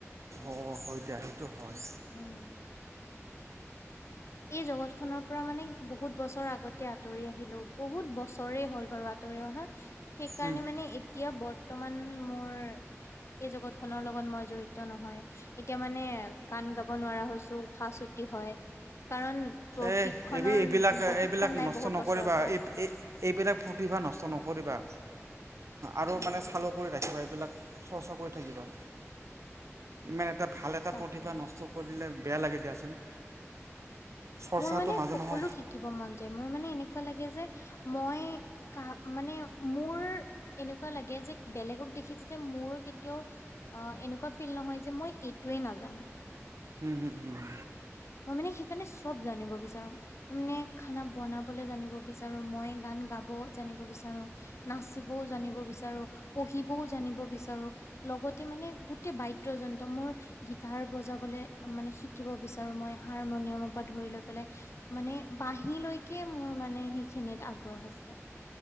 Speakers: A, on the right (about 65°); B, on the left (about 60°).
A: অ'হয় দিয়া, সেইটো হয়।
B: উম। এই জগত খনৰ পৰা মানে বহুত বছৰ আগতে আঁতৰি আহিলো, বহুত বছৰে হ'ল বাৰু। আঁতৰি অহা, সেইকাৰণে
A: উম।
B: এতিয়া বৰ্তমান মোৰ এই জগত খনৰ লগত মই জড়িত নহয়। এতিয়া মানে গান গাব নোৱাৰা হৈছো, উশাহ চুটি হয় কাৰণ প্ৰশিক্ষণৰ
A: এ এইবি এইবিলাক,
B: প্ৰশিক্ষণ
A: এইবিলাক
B: নাই
A: নষ্ট
B: বহুত
A: নকৰিবা,
B: বছৰৰ পৰা
A: এই এইবিলাক প্ৰতিভা নষ্ট নকৰিবা আৰু
B: উম
A: মানে চালুক ৰাখিবা, এইবিলাক চৰ্চা কৰি থাকিবা ইমান এটা ভাল এটা
B: তাকে
A: প্ৰতিভা নষ্ট কৰি দিলে বেয়া লাগে দিয়াচোন চৰ্চাটো
B: মোৰ মানে
A: মাজে
B: সকলো
A: মাজে
B: শিকিব মন যায়। মোৰ মানে এনেকুৱা লাগে যে মই ক মানে মোৰ এনেকুৱা লাগে যে বেলেগক দেখি যে মোৰ কেতিয়াও অ' এনেকুৱা ফিল নহয় যে মই এইটোৱে নাজানো?
A: হুম, হুম, হুম, হু
B: মই মানে সেইকাৰণে চব জানিব বিচাৰো? মানে খানা বনাবলৈ জানিব বিচাৰো মই গান গাব জানিব বিচাৰো। নাচিবও জানিব বিচাৰো, পঢ়িবও জানিব বিচাৰো। লগতে মানে গোটেই বাদ্যযন্ত্ৰ মোৰ গীটাৰ বজাবলে মানে শ শিকিব বিচাৰোঁ মই হাৰমনিয়ামৰ পৰা ধৰি লৈ পেলাই মানে বাহী লৈকে মোৰ মানে সেইখিনিত আগ্ৰহ আছে।